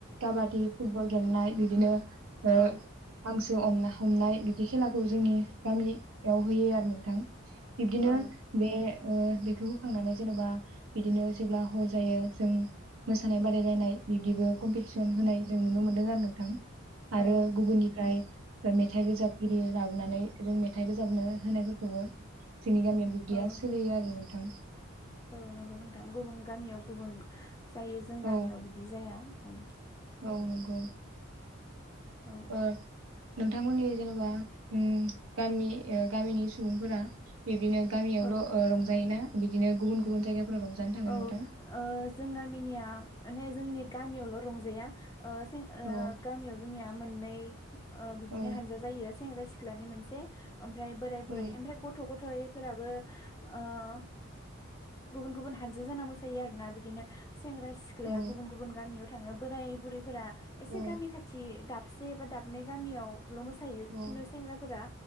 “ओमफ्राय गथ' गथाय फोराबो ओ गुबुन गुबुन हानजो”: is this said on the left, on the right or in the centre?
Left